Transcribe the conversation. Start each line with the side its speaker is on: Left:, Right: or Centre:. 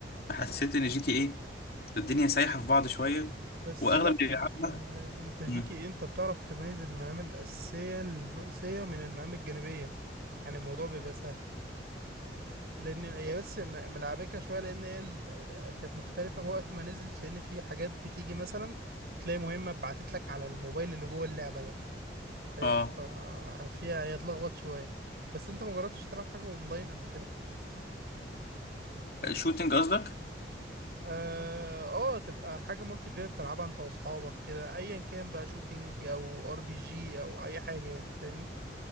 Left: فحسيت ان جي تي ايه الدنيا سايحة في بعض شوية
Right: بس
Left: واغلب
Right: لا
Left: اللي بيلعبها
Right: آه، انت جي
Left: مم.
Right: تي ايه انت بتعرف تميز المهام الاساسية الرئيسية من المهام الجانبية يعني الموضوع بيبقى سهل لان هي بس م- ملعبكه شويه لان هي ال- كانت مختلفه في وقت ما نزلت لان في حاجات بتيجي مثلا تلاقي مهمه اتبعتت لك على الموبايل اللي جوه اللعبه ده فاهم
Left: اه
Right: ففيها هي اتلخبط شويه بس انت ما جربتش تلعب حاجه اونلاين قبل كده
Left: شوتينج قصدك
Right: اه آه، تبقى حاجه مالتي بلاير تلعبها انت واصحابك كده ايا كان بقى شوتينج او ار بي جي او اي حاجه يعني فاهمني